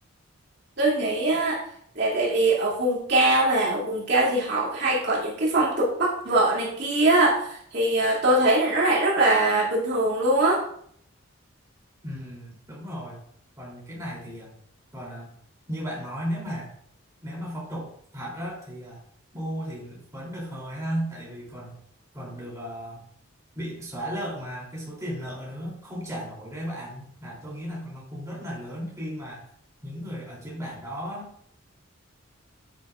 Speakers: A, on the right (about 55°); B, on the right (about 15°).
A: Tôi nghĩ á là tại vì ở vùng cao mà ở vùng cao thì họ hay có những cái phong tục bắt vợ này kia á. thì ờ, tôi thấy là nó lại rất là bình thường luôn á
B: Ừ, đúng rồi. Còn cái này thì à, còn à, như bạn nói nếu mà nếu mà phong tục thật á thì à, bu thì vẫn được hời ha, tại vì còn còn được à, bị xóa nợ mà cái số tiền nợ nữa không trả nổi đấy bạn. Là tôi nghĩ là nó cũng rất là lớn khi mà những người ở trên bản đó.